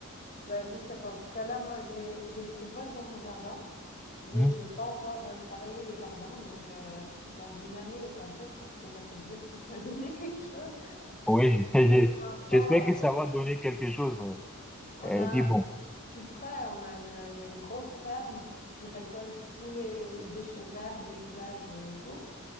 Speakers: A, on the left; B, in the centre.
A: Bah, je sais pas. En tout cas, là, moi, j'ai, j'ai le compost dans mon jardin, mais
B: Hmm.
A: j'ai pas encore euh, travaillé le jardin. Donc, euh, dans une année ou comme ça, je pense que je pourrais te dire si ça a donné <laughs> quelque chose.
B: Oui, je- <laughs>
A: Pour
B: je-
A: l'instant,
B: j'espère
A: euh,
B: que ça va donner quelque chose. ouais.
A: on a
B: Et puis bon.
A: tout près, on a une, il y a une grosse ferme qui récolte tous les, les déchets verts des villages euh, autour.